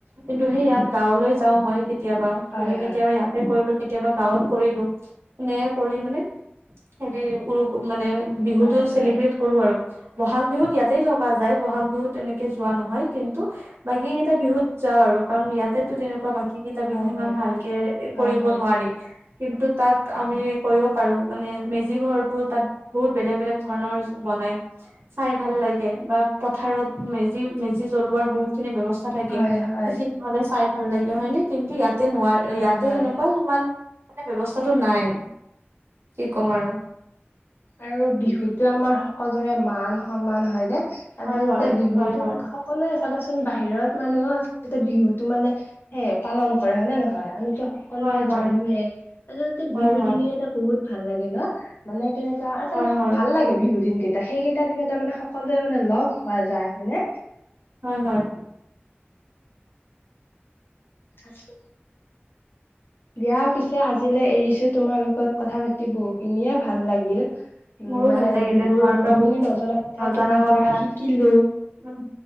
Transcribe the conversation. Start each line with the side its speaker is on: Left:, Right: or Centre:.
Right: কিন্তু সেইয়া গাঁৱলৈ যাও মই, কেতিয়াবা ধৰি
Left: হয়
Right: ল কেতিয়াবা ইয়াতে কৰিলো কেতিয়াবা গাঁৱত কৰিলো। এনে কৰি মানে সে উৰু মানে বিহুতটো
Left: হয় হয়
Right: চেলিব্ৰেট কৰো আৰু বহাগ বিহুত ইয়াতেই থকা যায়, ব'হাগ বিহুত তেনেকে যোৱা নহয়। কিন্তু বাকী কেইটা বিহুত যাওঁ আৰু কাৰণ ইয়াতেতো তেনেকুৱা বাকী কেইটা ক বিহু
Left: হয়
Right: ইমান
Left: হয়
Right: ভালকে
Left: হয়
Right: কৰিব
Left: হয়
Right: নোৱাৰি কিন্তু তাত আমি কৰিব পাৰোঁ। মানে মেজি ঘৰটো তাত বহুত বেলেগ বেলেগ ধৰণৰ বনায়। চাই ভাল লাগে। বা পথাৰত মেজি মেজি জ্বলোৱাৰ বহুত খিনি ব্যৱচ থাকে।
Left: হয়
Right: সেইখিনি
Left: হয়
Right: হ'লে চাই ভাল লাগে হয়নে। কিন্তু ইয়াতে নোৱাৰ
Left: হয়
Right: ইয়াতে
Left: হয়
Right: সেনেকুৱা সিমান মানে ব্যৱস্থাটো নাই। কি ক'ম আৰু।
Left: আৰু বিহুতো আমাৰ সকলোৰে মান-সন্মান হয় নে। আচলতে
Right: হয় হয়
Left: বিহুতো
Right: হয় হয়
Left: অকলে চাবাচোন বাহিৰত মানুহেও আচলতে বিহুটো মানে হে পালন কৰে হয় নে নহয়। আমিতো সকলোৱে
Right: হয় হয়
Left: জানোৱে। আচলতে
Right: হয়
Left: বিহুৰ
Right: হয়
Left: দিনকেইটা বহুত ভাল লাগে ন। মানে কেনে আচল
Right: হয় হয়
Left: ভাল লাগে বিহু দিনকেইটা। সেইকেইটা দিনতে মানে সকলোৱে মানে লগ হোৱা যায়, হয় নে?
Right: হয় হয়।
Left: আছে। দিয়া পিছে আজিলে এৰিছো। তোমাৰ লগত কথা পাতি বহুখিনিয়ে ভাল লাগিল। উম,
Right: মোৰো
Left: মানে
Right: ভাল লাগিলে
Left: বিহুৰ
Right: তোমাৰ
Left: বহুখিনি
Right: পৰা বহুত খিনি
Left: নজনা কথা
Right: নজনা
Left: তোমাৰ
Right: কথা
Left: পৰা শিকিলো।
Right: উম,